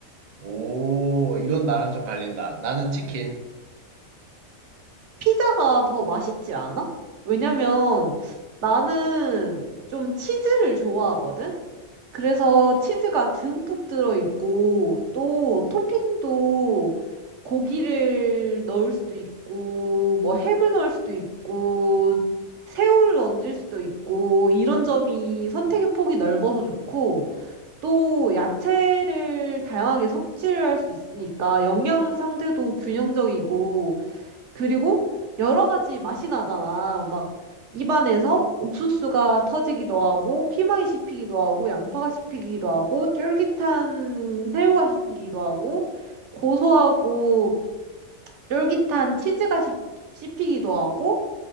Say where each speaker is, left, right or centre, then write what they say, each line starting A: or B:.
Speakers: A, on the right; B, on the right.
A: 오, 이건 나랑 좀 갈린다. 나는 치킨.
B: 피자가 더 맛있지 않아? 왜냐면 나는 좀 치즈를 좋아하거든? 그래서 치즈가 듬뿍 들어있고 또 토핑도 고기를 넣을 수도 있고 뭐 햄을 넣을 수도 있고 새우를 얹을 수도 있고 이런 점이 선택의 폭이 넓어서 좋고 또 야채를 다양하게 섭취를 할 수 있으니까 영양 상태도 균형적이고 그리고 여러 가지 맛이 나잖아. 막 입안에서 옥수수가 터지기도 하고 피망이 씹히기도 하고 양파가 씹히기도 하고 쫄깃한 새우가 씹히기도 하고 고소하고 쫄깃한 치즈가 씹- 씹히기도 하고